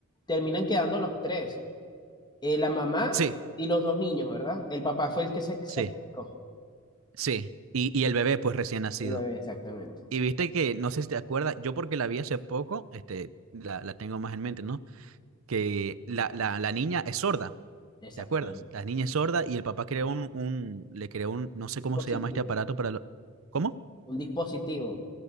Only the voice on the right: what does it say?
sí,
sí, sí. Y, y el bebé, pues recién nacido.
Y viste que, no sé si te acuerdas, yo porque la vi hace poco, este, la, la tengo más en mente, ¿no? Que la, la, la niña es sorda,
¿te acuerdas? La niña es sorda y el papá creó un, un, le creó un, no sé cómo
se llama este aparato para lo- ¿Cómo?